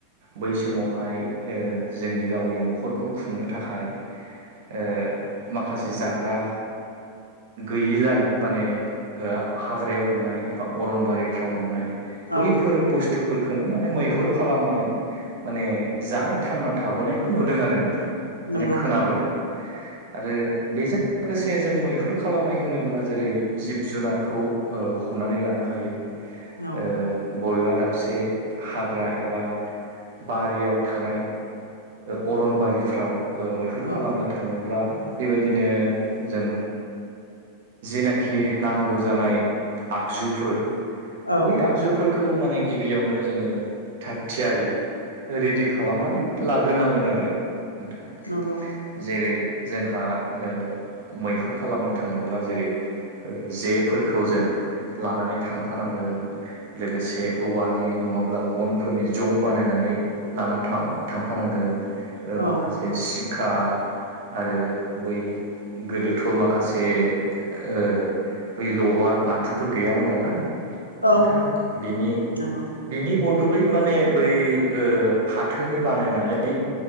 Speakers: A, on the right; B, on the left.
A: बै समावहाय ओ जोंनि गावनि न'खरखौ खुंनो थाखाय ओ माखासे जाग्रा गैयिलाय माने ओ हाग्रायाव मोननाय एबा अरनबारिफ्राव मोननाय बैफोर
B: औ
A: बुस्थुफोरखौनो माने मैहुर खालामनानै माने जानो थांनानै थाबोनायखौ नुदों आरो नोंथां माने
B: नंगौ
A: खोनाबोदों आरो बेजों लोगोसे जों मैहुर खालामनाय होनोब्ला जेरै जिब जुनारखौ ओ हमनानै लानो हायो ओ
B: औ
A: बबेबा दाब से हाग्रा एबा बारियाव थानाय ओ अरनबारिफ्राव ओ मैहुर खालामनो
B: औ
A: थाङोब्ला बेबायदिनो जों जेनाखि नांगौ जानाय आगजुफोर
B: औ
A: बै आगजुफोरखौ खौ माने गिबियावनो जोङो थाग थियारि रिडि खालामनानै लाग्रोनांगोन आरो नोंथां
B: नंगौ
A: जेरै जोंहा ओ मैहुर खालामनो थाङोब्ला जेरै ओ जेफोरखौ जों लानानै थांफानांगोन लोगोसे औवानि नङाब्ला गनफोरनि जं बानायनानै लानानै थां थांफानांगोन ओ
B: औ
A: माखासे सिक्खा आरो बै गोदोथ' माखासे ओ बै लवार बाथुफोर गैयामोन नालाय नोंथां
B: औ
A: बिनि
B: नंगौ
A: बिनि बद दलै माने बै ओ फाथो बानायनानै